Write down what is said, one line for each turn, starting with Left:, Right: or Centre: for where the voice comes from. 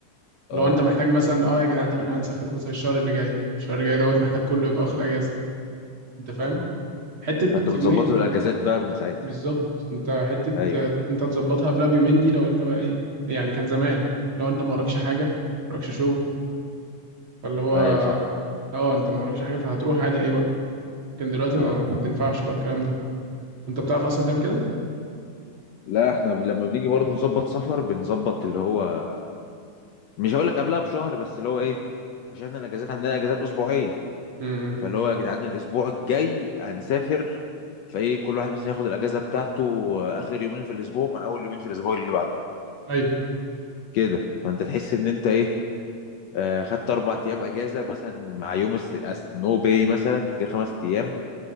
Right: لو
Left: اه
Right: انت محتاج مثلا اه يا جدعان طب احنا هنسافر مثلا الشهر اللي جاي الشهر اللي جاي دوت محتاج كله يبقى واخد اجازة انت فاهم؟
Left: اه
Right: حتة
Left: فانتوا
Right: يومين
Left: بتظبطوا الاجازات بقى من ساعتها
Right: بالظبط انت حتة
Left: ايوه
Right: آه، انت تظبطها قبلها بيومين دي لو انت بقى ايه يعني كان زمان لو انت ما وراكش حاجة ما وراكش شغل فاللي هو
Left: ايوه صح
Right: اه انت ما وراكش حاجه فهتروح عادي اي وقت لكن دلوقتي
Left: اه
Right: ما بتنفعش بقى الكلام ده انت بتعرف اصلا تعمل كده
Left: لا احنا ب- لما بنيجي برضو نظبط سفر بنظبط اللي هو مش هقول لك قبلها بشهر بس اللي هو ايه عشان احنا الاجازات عندنا اجازات اسبوعيه
Right: امم
Left: فاللي هو يا جدعان الاسبوع الجاي هنسافر فايه كل واحد مثلا ياخد الاجازه بتاعته اخر يومين في الاسبوع مع اول يومين في الاسبوع اللي بعده
Right: ايوه
Left: كده فانت تحس ان انت ايه آه، خدت اربع ايام اجازه مثلا مع يوم است... است... نو باي مثلا كده خمس ايام